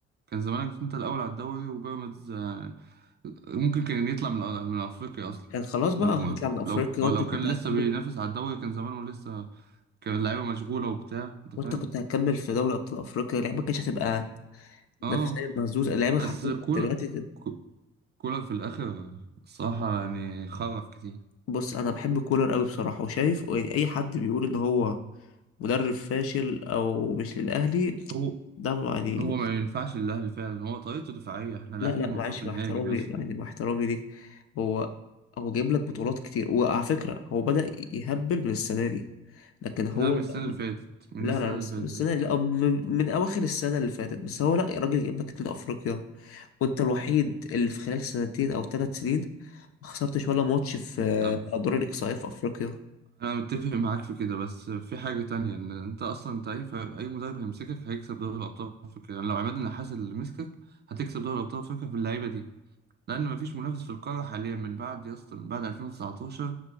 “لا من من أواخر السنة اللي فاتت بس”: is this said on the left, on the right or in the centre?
Left